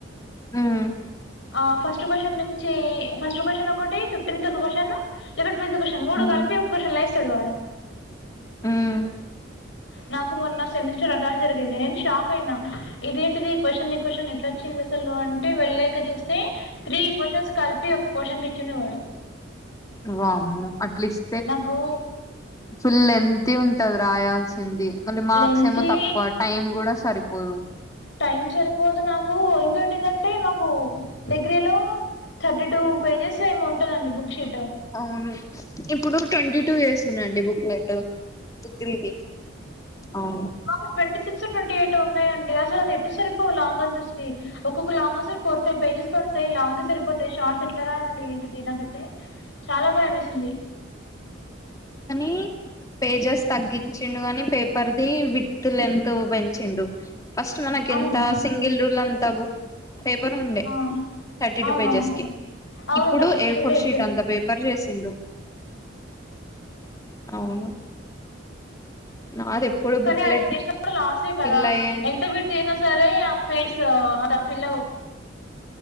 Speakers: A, on the left; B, on the left.
A: హ్మ్
B: ఆ ఫస్ట్ క్వశ్చన్ నించి ఫస్ట్ క్వశ్చన్ ఒకటి ఫిఫ్న్త్ ఒక క్వశ్చను లేద ట్వెల్త్ క్వశ్చన్ మూడు
A: ఉమ్,
B: కలిపి ఒక క్వశ్చన్ల ఇస్తాడు వాడు
A: మ్మ్
B: నాకు మొన్న సెమిస్టర్ అట్లనే జరిగింది నేను షాక్ అయినా ఇదేంటిది క్వశ్చన్ని క్వశ్చన్ ఎట్లా వచ్చింది అ సలు అంటే వెళ్ళక చూస్తే త్రీ క్వశ్చన్స్ కలిపి ఒక క్వశ్చన్ ఇచ్చిందేవాడు
A: వామ్మో అట్లీస్
B: నాకూ
A: ఫుల్ లెన్తి ఉంటది రాయాల్సింది మళ్ళీ మార్క్సేమో
B: లెంతీ
A: తక్కువ టైమ్ కూడా సరిపోదు
B: టైమ్ సరిపోదు నాకు ఇంకోటి ఎదంటే మాకు డిగ్రీలో థర్టీ టూ పేజెస్ ఏమో ఉంటదండి బుక్ షీటు
A: అవును ఇప్పుడు ట్వంటీ టూ ఏసిండ్రండి బు లేట్ <unintelligible> అవును
B: మాకి ట్వంటీ సిక్స్ ట్వంటీ ఎయిట్ ఉన్నాయండి అసలు ఎటు సరిపోవు లాంగ్ ఆన్సర్ ది ఒక్కొక్క long answers four five pages పడతాయి లాంగే సరిపోతాయి షార్ట్ ఎట్లా రాయాలి ఏంటిదీ నాకైతే చాలా భయమేసింది
A: కానీ పేజెస్ తగ్గించిండు గానీ పేపర్ది విడ్త్ లెంత్ పెంచిండు ఫస్ట్ మనకెంత
B: అవునా
A: సింగిల్ రూల్డ్ అంత బు పేపర్ ఉండే
B: ఆ,
A: థర్టీ
B: అవునవును
A: టూ పేజెస్ కి
B: అవునంట
A: ఇప్పుడు
B: మా సిస్టర్
A: ఏ ఫోర్
B: కూడా చెప్పింది
A: షీట్ అంత పేపర్ కర్రీ చేసిండు అవును నాది ఎప్పుడు
B: కానీ
A: బుక్లెట్
B: అది చేసినప్పుడు లాసే కదా
A: ఫిల్
B: కదా
A: అయ్యే
B: ఎంత పెట్ సరే పేస్ఫిలా <unintelligible>